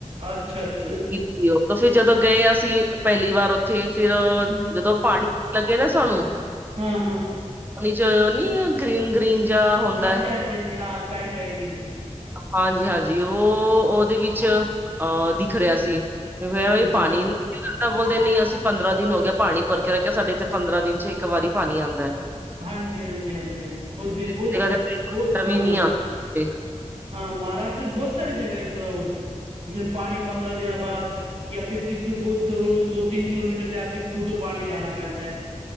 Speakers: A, on the right; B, on the right.
A: ਅੱਛਾ, ਅੱਛਾ,
B: ਗਰੀਬ
A: ਅੱਛਾ।
B: ਉਹ ਫਿਰ ਜਦੋਂ ਗਏ ਅਸੀਂ ਪਹਿਲੀ ਵਾਰ ਉੱਥੇ ਫਿਰ
A: ਹਾਂ,
B: ਜਦੋਂ ਪਾਣੀ ਲੱਗੇ ਨਾ ਸਾਨੂੰ
A: ਹਾਂ- ਹਾਂ
B: ਜਦੋਂ ਨਹੀਂ ਗ੍ਰੀਨ- ਗ੍ਰੀਨ ਜਾਂ ਹੁੰਦਾ
A: ਹਾਂਜੀ- ਹਾਂਜੀ- ਹਾਂਜੀ ਹਾਂ ਕਾਈ ਪਾਈ ਜੀ।
B: ਹਾਂਜੀ- ਹਾਂਜੀ ਉਹ ਉਹਦੇ ਵਿੱਚ ਅਹ ਦਿਖ ਰਿਹਾ ਸੀ। <unintelligible> ਵੀ
A: ਹੂੰ।
B: ਪਾਣੀ ਨਾ ਬੰਦਾ ਬੋਲਦੇ ਨਹੀਂ ਅਸੀਂ ਪੰਦਰਾਂ ਦਿਨ ਹੋ ਗਿਆ ਪਾਣੀ ਭਰ ਕੇ ਰੱਖਿਆ ਸਾਡੇ ਇੱਥੇ ਪੰਦਰਾਂ ਦਿਨ 'ਚ ਇੱਕ ਵਾਰੀ ਪਾਣੀ ਆਂਦਾ।
A: ਹਾਂਜੀ- ਹਾਂਜੀ- ਹਾਂਜੀ -ਹਾਂਜੀ ਬਹੁਤ ਦਿਨ ਬਹੁਤ-
B: ਕਦੇ ਕਦੇ
A: ਬਹੁਤ
B: ਪਹਿਲਾਂ ਵੀ
A: ਹਾਂ।
B: ਨੀ ਆਂਦਾ
A: ਹਾਂ ਮਹਾਰਾਸ਼ਟਰ 'ਚ ਬਹੁੱਤ ਸਾਰੀ ਜਗਾ ਇਸ ਤਰ੍ਹਾਂ ਵਾ ਪਾਣੀ ਪੰਦਰਾਂ ਦਿਨਾਂ ਬਾਅਦ ਜਾਂ ਫਿਰ ਕਿਸਨੂੰ ਬਹੁਤ ਦੋ ਤਿੰਨ ਕਿਲੋਮੀਟਰ ਜਾ ਕੇ ਖੂਹ ਤੋਂ ਪਾਣੀ ਲਿਆਣਾ ਪੈਂਦਾ।